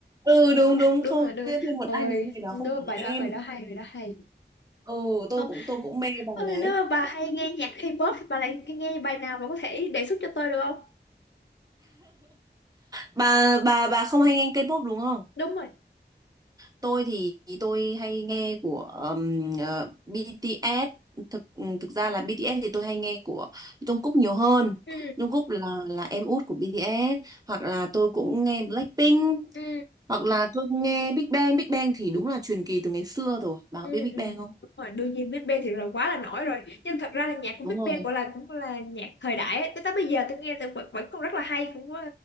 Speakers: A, on the right (about 20°); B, on the left (about 80°).
A: ừ đúng đúng
B: đúng
A: không
B: rồi đúng
A: yêu
B: rồi.
A: thêm một
B: ôi
A: ai nếu người đó
B: đúng
A: không
B: rồi
A: phải
B: bài đó
A: em
B: bài đó hay bài đó hay
A: ừ tôi
B: Ờ,
A: cũng tôi cũng mê bài
B: Ôi,
A: đấy
B: nếu mà bà hay nghe nhạc K-pop thì bà lại nghe bài nào bà có thể đề xuất cho tôi được không?
A: bà bà bà không hay nghe K-pop đúng không
B: Đúng rồi.
A: tôi thì thì tôi hay nghe của ừm, ờ, BTS thực ừm, thực ra là BTS thì tôi hay nghe của Jungkook nhiều hơn
B: ừ
A: Jungkook là là em út của BTS hoặc là tôi cũng nghe Blackpink
B: ừ
A: hoặc là tôi nghe Big Bang Big Bang thì đúng là truyền kỳ từ ngày xưa rồi bà
B: ừ
A: có biết Big
B: ừ
A: Bang không
B: Đúng rồi, đương nhiên Big Bang thì là quá là nổi rồi. Nhưng thật ra là nhạc của
A: đúng
B: Big
A: rồi
B: Bang gọi là cũng gọi là nhạc thời đại ấy. Tới tới bây giờ tôi nghe là vẫn, vẫn còn rất là hay cũng ờ,